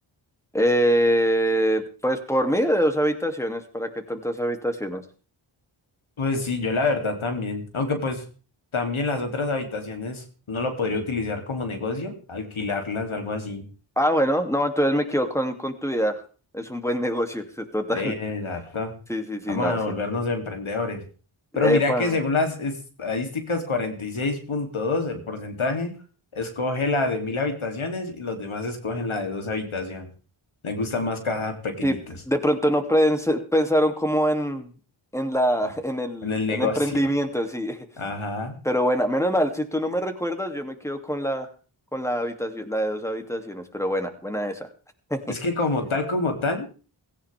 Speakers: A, in the centre; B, on the left.
A: Eh, pues por mí de dos habitaciones, ¿para qué tantas habitaciones?
B: Pues sí, yo la verdad también. Aunque pues también las otras habitaciones no lo podría utilizar como negocio, alquilarlas, algo así.
A: Ah, bueno, no, entonces me quedo con, con tu idea. Es un buen negocio, <laughs> total.
B: De dato
A: Sí, sí, sí,
B: Vamos
A: no,
B: a
A: sí.
B: volvernos emprendedores. Pero
A: Eh,
B: mira
A: bueno,
B: que según las estadísticas, cuarenta y seis punto dos el porcentaje, escoge la de mil habitaciones y los demás escogen la de dos habitaciones. Les gustan más cajas pequeñitas
A: sí, de pronto no prens- pensaron como en, en la,
B: <laughs>
A: <laughs> en el,
B: en el negocio.
A: el emprendimiento, sí. <laughs>
B: Ajá.
A: Pero bueno, menos mal, si tú no me recuerdas, yo me quedo con la, con la habitación, la de dos habitaciones, pero buena, buena esa. <laughs>
B: Es que como tal, como tal,